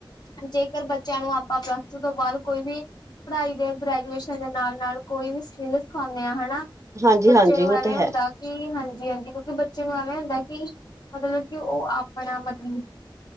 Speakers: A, on the left; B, on the right.
A: ਅੱਜ ਕੱਲ ਬੱਚਿਆਂ ਨੂੰ ਆਪਾਂ ਬ੍ੰਚ ਤੋਂ ਬਾਅਦ ਕੋਈ ਵੀ ਪੜ੍ਹਾਈ ਦੇ ਗ੍ਰੈਜੂਏਸ਼ਨ ਦੇ ਨਾਲ- ਨਾਲ ਕੋਈ ਵੀ ਸਿਖਾਉਂਦੇ ਆ ਹੈਨਾ
B: ਹਾਂਜੀ-ਹਾਂਜੀ
A: ਬੱਚੇ ਨੂੰ
B: ਉਹ
A: ਐਵੇਂ
B: ਤੇ
A: ਹੁੰਦਾ
B: ਹੈ।
A: ਕਿ। ਹਾਂਜੀ, ਹਾਂਜੀ-ਹਾਂਜੀ ਕਿਉਂਕਿ ਬੱਚੇ ਨੂੰ ਐਵੇਂ ਹੁੰਦਾ ਕਿ। ਮਤਲਬ ਕਿ, ਉਹ ਆਪਣਾ ਮਤਲਬ